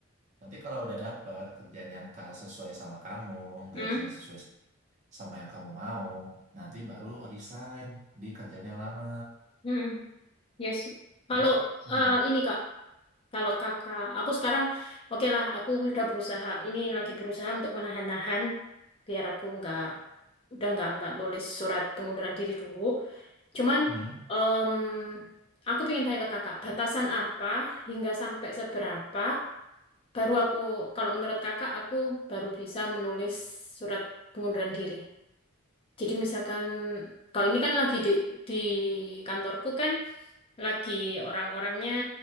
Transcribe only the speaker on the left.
Hmm,
hmm, ya sih. Kalau
eh, ini Kak, kalau Kakak, aku sekarang oke lah, aku udah berusaha. Ini lagi berusaha untuk menahan-nahan biar aku nggak udah nggak nggak nulis surat pengunduran diri dulu. Cuman
em, aku pengen tanya ke Kakak, batasan apa hingga sampai seberapa? Baru aku, kalau menurut kakak, aku baru bisa menulis surat pengunduran diri. Jadi misalkan, kalau ini kan lagi di, di kantorku kan, lagi orang-orangnya